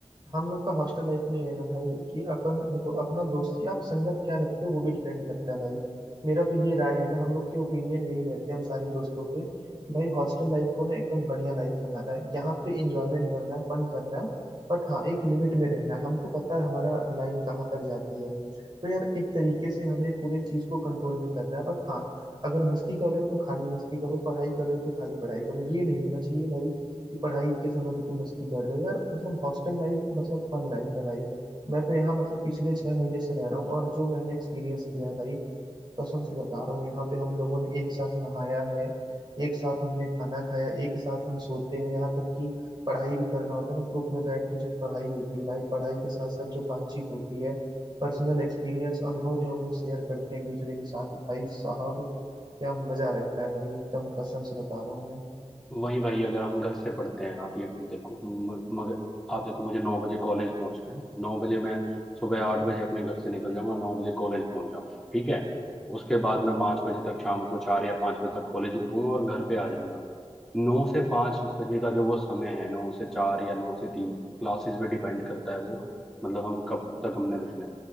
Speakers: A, on the right; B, in the centre.
A: हम लोग का हॉस्टल लाइफ में ये है ना भाई कि अपन देखो अपना दोस्ती आप संगत क्या रखते हो वो भी डिपेंड करता है भाई मेरा तो ये राय है ना हम लोग के ओपिनियन यही रहते हैं हम सारे दोस्तों के कि भाई हॉस्टल लाइफ को ना एकदम बढ़िया लाइफ बनाना है यहाँ पे इंजॉयमेंट करना है फन करना है बट हाँ एक लिमिट में रहना है हमको पता है हमारा लाइन कहाँ तक जाती है तो यार एक तरीके से हमें पूरे चीज को कंट्रोल में करना है बट हाँ अगर मस्ती कर रहे हो तो खाली मस्ती करो पढ़ाई कर रहे हो तो खाली पढ़ाई करो ये नहीं होना चाहिए भाई कि पढ़ाई के समय भी तुम मस्ती कर रहे हो यार मतलब हॉस्टल लाइफ मतलब फन लाइफ है भाई मैं तो यहाँ मतलब पिछले छह महीने से रह रहा हूँ और जो मैंने एक्सपीरियंस किया है भाई कसम से बता रहा हूँ यहाँ पे हम लोगों ने एक साथ नहाया है एक साथ हमने खाना खाया एक साथ हम सोते हैं यहाँ तक कि पढ़ाई भी करना होता है ना ग्रुप में बैठ के जो पढ़ाई होती है भाई पढ़ाई के साथ साथ जो बातचीत होती है पर्सनल एक्सपीरियंस अनुभव जो हम लोग शेयर करते हैं एक दूसरे के साथ भाई साहब क्या मजा रहता है भाई एकदम कसम से बता रहा हूँ मैं
B: वही भाई अगर हम घर से पढ़ते हैं आप ये खुद देखो म- मगर आप देखो मुझे नौ बजे कॉलेज पहुंचना है नौ बजे मैं सुबह आठ बजे अपने घर से निकल जाऊंगा नौ बजे कॉलेज पहुंच जाऊंगा ठीक है उसके बाद मैं पाँच बजे तक शाम को चार या पाँच बजे तक कॉलेज रुकूंगा और घर पे आ जाऊंगा नौ से पाँच बजे का जो वो समय है नौ से चार या नौ से तीन क्लासेस पे डिपेंड करता है वो मतलब हम कब तक हमने रुकना है